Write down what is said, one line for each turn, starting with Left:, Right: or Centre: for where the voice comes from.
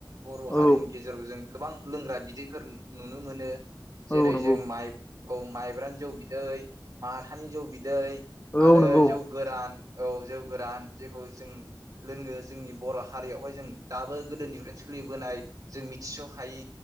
Right: बर
Left: औ
Right: हारिनि गेजेराव जों गोबां लोंग्रा बिदैफोर नुनो मोनो। जेरै
Left: औ नंगौ
Right: जों माइ औ माइब्रानि जौ बिदै माथानि जौ बिदै
Left: औ
Right: आरो
Left: नंगौ
Right: जौ गोरान औ जौ गोरान जेखौ जों लोङो जोंनि बर हारियावहाय जों दाबो गोदोनिफ्रायनो सोलिबोनाय जों मिथिसहायि